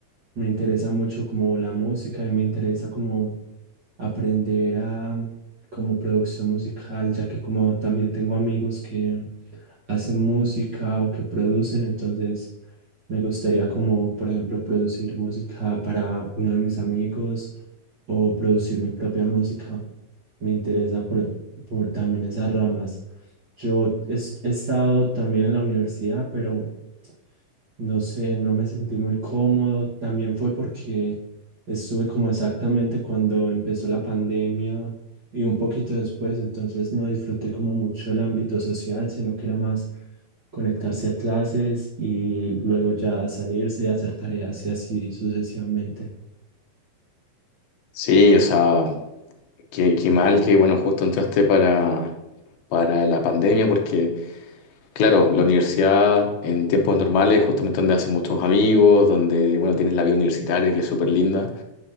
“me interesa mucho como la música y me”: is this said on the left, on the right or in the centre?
Right